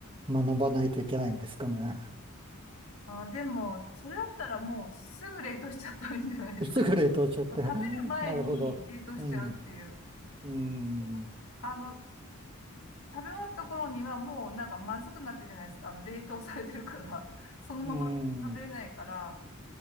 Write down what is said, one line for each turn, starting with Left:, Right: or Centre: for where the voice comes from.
Right: 学ばないといけないんですかね。
Left: あ、でも、それだったらもうすぐ冷凍しちゃったらいいんじゃないですか。
Right: <laughs> すぐ冷凍しちゃって。
Left: もう食べる前に冷凍しちゃうっていう。
Right: <laughs> なるほど。うん。うん。
Left: こうあの、食べ終わった頃にはもうなんかまずくなってるじゃないですか。あの、冷凍されてるから、そのまま食べれないから、
Right: うん。